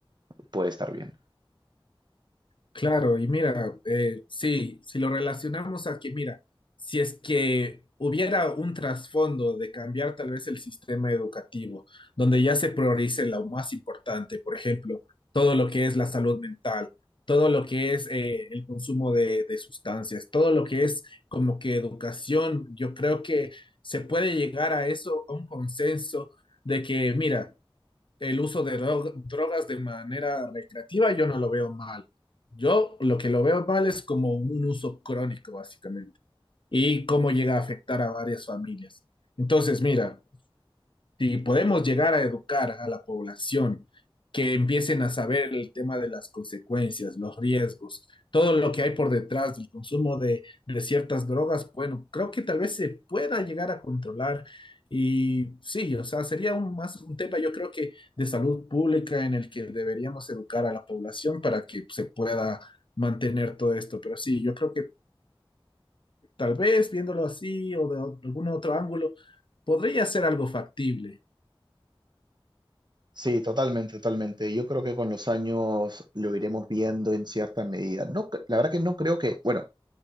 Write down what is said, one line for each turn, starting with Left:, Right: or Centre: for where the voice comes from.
Right: puede estar bien.
Left: Claro, y mira, eh, sí, si lo relacionamos a que, mira, si es que hubiera un trasfondo de cambiar tal vez el sistema educativo, donde ya se priorice lo más importante, por ejemplo, todo lo que es la salud mental, todo lo que es eh, el consumo de, de sustancias, todo lo que es como que educación, yo creo que se puede llegar a eso, a un consenso de que, mira, el uso de dro- drogas de manera recreativa, yo no lo veo mal. Yo lo que lo veo mal es como un uso crónico, básicamente, y cómo llega a afectar a varias familias. Entonces, mira, si podemos llegar a educar a la población, que empiecen a saber el tema de las consecuencias, los riesgos, todo lo que hay por detrás del consumo de, de ciertas drogas, bueno, creo que tal vez se pueda llegar a controlar. Y sí, o sea, sería un, más un tema, yo creo que de salud pública en el que deberíamos educar a la población para que se pueda mantener todo esto. Pero sí, yo creo que tal vez viéndolo así o de algún otro ángulo, podría ser algo factible.
Right: Sí, totalmente, totalmente. Yo creo que con los años lo iremos viendo en cierta medida. No, cre- la verdad que no creo que, bueno,